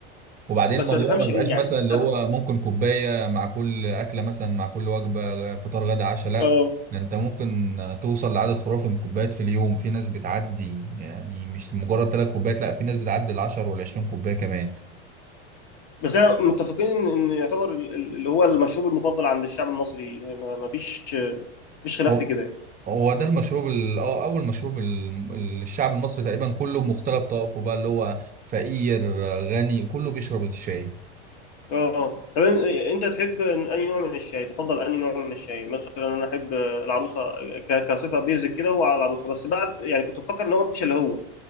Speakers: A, on the right; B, on the left.
A: وبعدين
B: بس
A: الموضوع
B: ما تفهمش
A: ما بيبقاش
B: ليه يعني
A: مثلا اللي
B: السبب
A: هو ممكن كوباية مع كل أكلة مثلا مع كل وجبة فطار غدا عشاء لا
B: اه
A: ده انت ممكن توصل لعدد خرافي من الكوبايات في اليوم في ناس بتعدي يعني مش مجرد ثلاث كوبايات لا في ناس بتعدي العشر والعشرين كوباية كمان
B: بس احنا متفقين ان إن يعتبر ال- ال- اللي هو المشروب المفضل عند الشعب المصري ما ما فيش مفيش خلاف
A: هو
B: في كده
A: هو ده المشروب ال- اه اول مشروب ال- ال- الشعب المصري تقريبا كله بمختلف طوائفه بقى اللي هو فقير غني كله بيشرب الشاي
B: اه طب إن- انت تحب انهي نوع من الشاي تفضل انهي نوع من الشاي مثلا انا احب العروسه ك- كصفه بيزك كده هو على العروسه بس بعد يعني كنت بفكر ان هو مش اللي هو